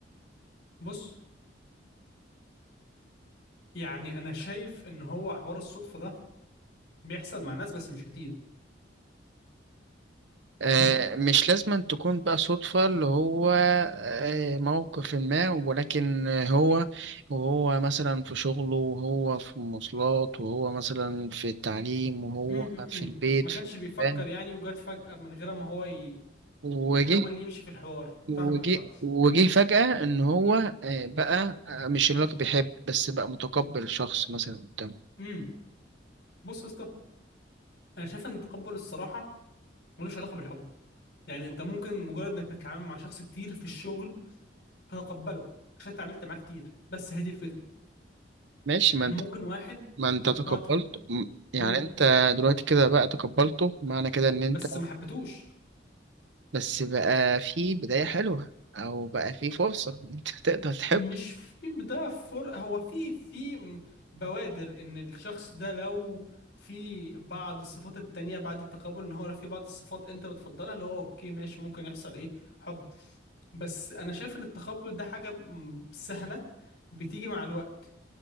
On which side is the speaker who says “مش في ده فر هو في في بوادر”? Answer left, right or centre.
Left